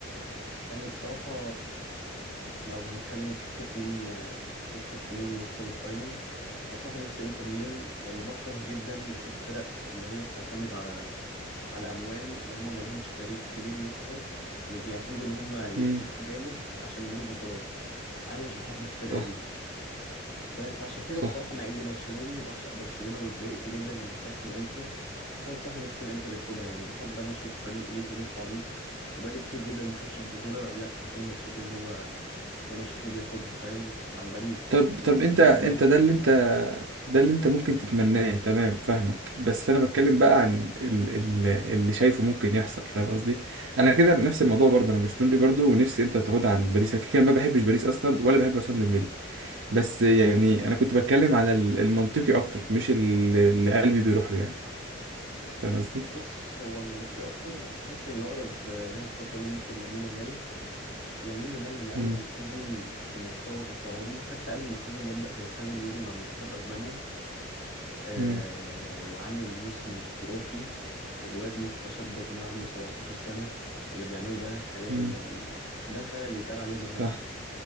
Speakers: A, on the left (about 55°); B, on the right (about 70°).
A: يعني بصراحة لو هنتكلم في حتة مين نفسك في مين يكسب الفاينل أنا بصراحة نفسي إنتر ميلان يعني بكره جدا الفرق اللي هي بتعتمد على على أموال اللي هم مالهمش تاريخ كبير يذكر يعني بيعتمدوا إن هم يصرفوا
B: امم
A: جامد عشان يجيبوا بطولات أنا مش بحب الفرقة
B: صح
A: دي فاهم فعشان كده
B: صح
A: بصراحه مع اني برشلوني وبعشق برشلونه واتضايقت جدا لما طلعت من الانتر بس انا بصراحه نفسي الانتر ياخدها يعني بحب انا اشوف فريق ليه تاريخ عريق وبقاله كتير جدا ما خدش البطوله لا هكون مبسوط ان هو ان انا اشوفه بياخدها فاهم عن باريس
B: طب
A: وعن
B: طب
A: السيتي
B: انت انت
A: فاهم
B: ده اللي انت ده اللي انت ممكن تتمناه تمام فاهمك بس انا بتكلم بقى عن ال ال اللي شايفه ممكن يحصل فاهم قصدي انا كده نفس الموضوع برضه انا برشلوني برضه ونفسي انت تاخدها عن باريس انا كده كده ما بحبش باريس اصلا ولا بحب عثمان ديمبلي بس يعني انا كنت بتكلم على ال- المنطقي اكتر مش ال- اللي قلبي بيروح له يعني فاهم قصدي
A: بص هو المنطقي اكتر حاسس ان الاقرب ليها الفتره دي ممكن لامين يامال لامين يامال من اول
B: امم
A: السيزون في مستوى تصاعدي حتى قبل ما السيزون يبدا هو خد اليورو مع منتخب اسبانيا آه
B: امم
A: وعامل موسم خرافي الواد لسه شاب يا جماعة عنده 17 سنة اللي بيعمله ده خيال
B: امم
A: يعني ده فعلا اللي يتقال عليه ظاهرة
B: صح